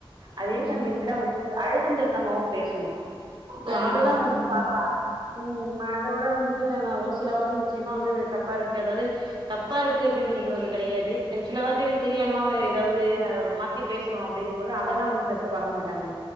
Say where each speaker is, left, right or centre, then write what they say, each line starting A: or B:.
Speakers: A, on the right; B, on the right.
A: அதே சமயத்துல
B: ம்
A: வந்து அழுத்த திருத்தமாவும் பேசணு
B: கண்டிப்பா
A: அததான் வந்து
B: ம்
A: பாப்பாங்க ம் அதோட வந்துட்டு நம்ம ஒரு சில வார்த்கள் நிச்சயமா வந்து தப்பா இருக்கு அதாவது தப்பா இருக்கு அப்டிங்கற து வது கிடையாது சில வார்த்தைகள் தெரியாம மா ஏதாவது அ மாத்தி பேசுறோ அப்டிங்கும்பது அதெல்லா வந்து பெருசா பாக்க மாட்டாங்க